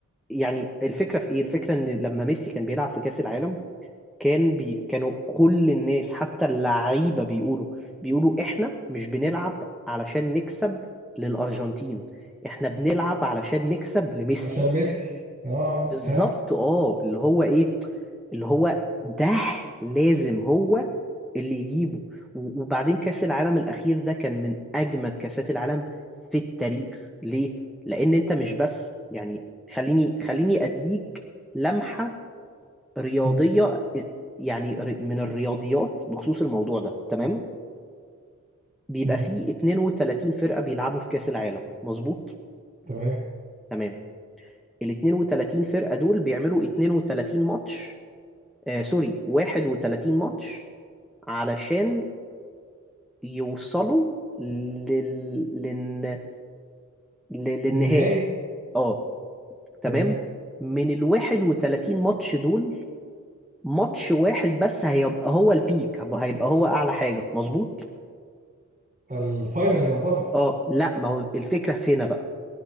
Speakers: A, in the centre; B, on the right (about 30°).
A: يعني الفكرة في ايه الفكرة ان لما ميسي كان بيلعب في كأس العالم كان بي... كانوا كل الناس حتى اللعيبة بيقولوا بيقولوا احنا مش بنلعب علشان نكسب للأرجنتين احنا بنلعب علشان نكسب لميسي
B: عشان ميسي اه آه،
A: بالظبط
B: فعلا
A: اه اللي هو ايه اللي هو ده لازم هو اللي يجيبه و- وبعدين كأس العالم الأخير ده كان من أجمد كأسات العالم في التاريخ ليه؟ لأن أنت مش بس يعني خليني خليني أديك لمحة رياضية
B: مم،
A: يعني ر- من الرياضيات بخصوص الموضوع ده تمام بيبقى
B: مم.
A: فيه 32 فرقة بيلعبوا في كأس العالم مظبوط
B: تمام
A: تمام ال 32 فرقة دول بيعملوا 32 ماتش آه سوري 31 ماتش علشان يوصلوا لل... لل... لل- للنهائي
B: ده النهائي
A: اه تمام
B: تمام
A: من ال 31 ماتش دول ماتش واحد بس هيبقى هو البيك هيبقى هو أعلى حاجة مظبوط
B: الفاينل يعتبر
A: اه لا ما هو الفكرة في هنا بقى